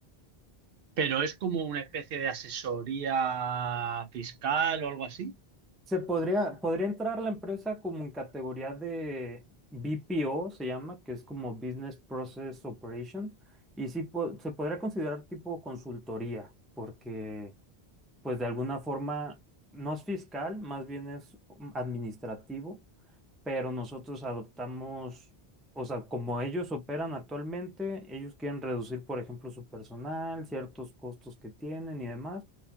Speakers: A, on the right; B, in the centre.
A: Pero es como una especie de asesoría fiscal o algo así.
B: Se podría, podría entrar la empresa como en categoría de BPO, se llama, que es como Business Process Operation, y sí po- se podría considerar tipo consultoría, porque pues de alguna forma no es fiscal, más bien es um, administrativo, pero nosotros adoptamos, o sea, como ellos operan actualmente, ellos quieren reducir, por ejemplo, su personal, ciertos costos que tienen y demás.